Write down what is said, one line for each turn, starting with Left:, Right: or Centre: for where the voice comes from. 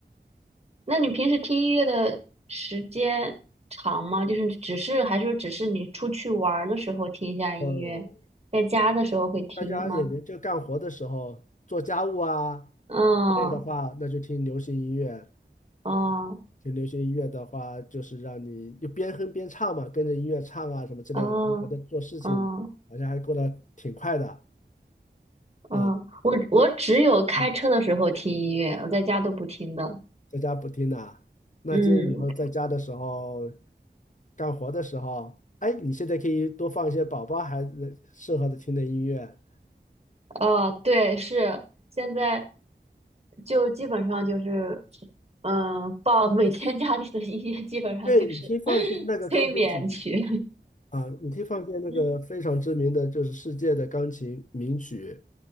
Right: 那你平时听音乐的时间长吗？就是只是还是说只是你出去玩儿的时候听一下音乐，
Left: 嗯，
Right: 在家的时候会听吗？
Left: 大家也就干活的时候做家务啊
Right: 嗯
Left: 累的话，那就听流行音乐。
Right: 嗯
Left: 听流行音乐的话，就是让你就边哼边唱嘛，跟着音乐唱啊什么之类的，
Right: 嗯嗯
Left: 就觉得做事情好像还过得挺快的。
Right: 嗯，
Left: 啊，
Right: 我我只有开车的时候听音乐，
Left: 那嗯，
Right: 我在家都不听的。
Left: 在家不听呐、那建议以后在家的时候，
Right: 嗯，
Left: 干活的时候，哎，你现在可以多放一些宝宝孩子适合的听的音乐。
Right: 哦，对，是现在就基本上就是，嗯，放 <laughs> 每天家里的音乐基本上就是
Left: 对，你可以放一些那个钢琴曲
Right: <laughs> 催眠曲。
Left: 啊，你可以放一些那个非常知名的，
Right: <laughs>
Left: 就是世界的钢琴名曲